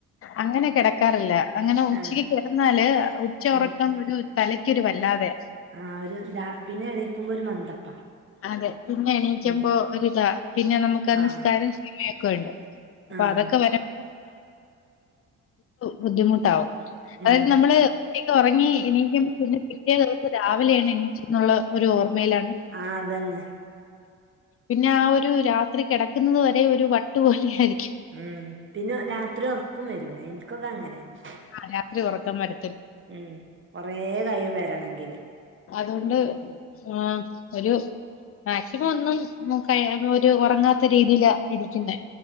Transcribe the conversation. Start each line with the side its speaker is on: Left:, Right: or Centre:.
Left: അങ്ങനെ കിടക്കാറില്ല. അങ്ങനെ ഉച്ചക്ക്
Right: ആഹ്
Left: കിടന്നാല് ഉച്ച ഉറക്കം
Right: ഉം
Left: ഒരു തലക്കൊരുവല്ലാതെയാ.
Right: ആ ഒരു പിന്നെ എണീക്കുമ്പോ ഒരു മന്തപ്പാ-
Left: അതെ പിന്നെ എണീക്കുമ്പോ
Right: ഉം
Left: ഒരിതാ പിന്നെ നമുക്ക്
Right: ആഹ്
Left: നിസ്കാരം സമയൊക്കെ ഉണ്ട്. അപ്പൊ
Right: ആഹ്
Left: അതൊക്കെ വര ബുദ്ധിമുട്ടാവും. അതായത്
Right: ഉം
Left: നമ്മള്ക്ക് ഉച്ചയ്ക്ക്ഉറങ്ങി എണ്ണിക്കുമ്പം പിന്നെ പിറ്റേ ദിവ രാവിലെയാണ് എണ്ണിച്ചെന്നുള്ള ഒരു ഓർമ്മയിലാ
Right: ആ അതന്നെ.
Left: പിന്നെ ആ ഒരു രാത്രി കിടക്കുന്നത് വരെ ഒരു വട്ട്പോലെ ആയിരിക്കും.
Right: ഉം
Left: ആ രാത്രി ഉറക്കം വര
Right: ഉം കൊറെ കൈയും വരണങ്കില്
Left: അതുകൊണ്ട് ആ ഒരു മാക്സിമം ഒന്നും ഒരു ഉറങ്ങാത്ത രീതിയില ഇരിക്കുന്നേ.